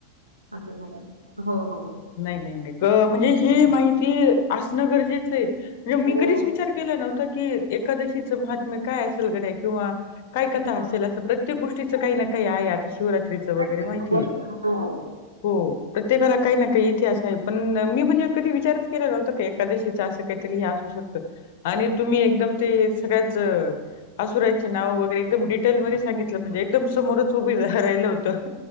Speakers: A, on the right; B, on the left.
A: असं झालं. हो हो हो
B: नाय नाय गं ही माहिती असणं गरजेचं हाय म्हणजे
A: हो
B: मी कधीच विचार केला नव्हता की एकादशीचं महात्म्य काय असेल गड्या किंवा काय कथा
A: हा
B: असेल असं. प्रत्येक गोष्टीच काही ना काही आहे, आता शिवरात्रीच वगैरे
A: प्रत्येक
B: माहितीये
A: गोष्टी हो. हो
B: हो प्रत्येक घरात काही ना काही इतिहास आहे पण मी म्हणजे कधी विचारच केला नव्हत की एकादशीच असं काहीतरी हे असू शकत. आणि तुम्ही एकदम ते सगळ्यांत. चं असुरांची नावं वगैरे एकदम डिटेल मधे सांगितलं म्हणजे एकदम समोरच
A: हो
B: उभी राहील होत,